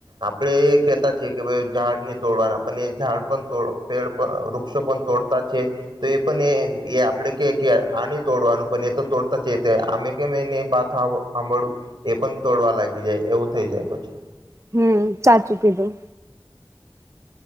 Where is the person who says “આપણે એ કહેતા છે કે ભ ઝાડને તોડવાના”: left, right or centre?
Right